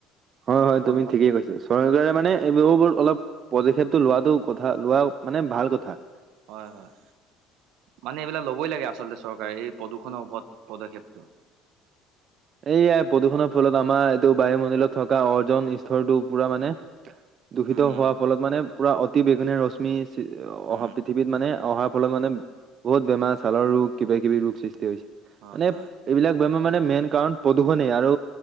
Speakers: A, on the right (about 50°); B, on the right (about 70°).
A: হয় হয়
B: প্ৰদূষণ
A: তুমি ঠিকেই কৈছা। চৰকাৰে মানে এইবোৰত অলপ পদক্ষেপটো লোৱাটো কথা লোৱা মানে ভাল কথা।
B: হয় হয়। মানে এইবিলাক ল'বই লাগে আচলতে চৰকাৰে এই প্ৰদূষণৰ ওপৰত পদক্ষেপটো।
A: এইয়াই প্ৰদূষণৰ ফলত আমাৰ এইটো বায়ুমণ্ডলত থকা অৰ্জন স্তৰটো পুৰা মানে। দূষিত
B: উম উম
A: হোৱাৰ ফলত মানে পুৰা অতি বেঙুনীয়া ৰশ্মি
B: উম
A: অহা পৃথিৱীত মানে অহা, সফল মানে <unintelligible> বহুত বেমাৰ ছালৰ ৰোগ কিবা-কিবি ৰোগ সৃষ্টি হৈছে
B: হয়
A: মানে
B: হয়
A: এইবিলাক বেমাৰ মানে মেইন কাৰণ প্ৰদূষণে আৰু